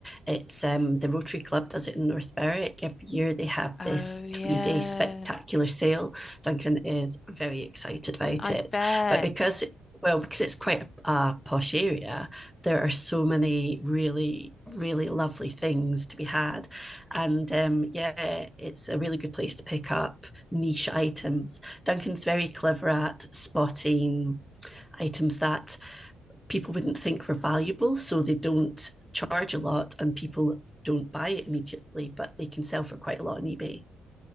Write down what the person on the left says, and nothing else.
Oh,
yeah.
I
bet.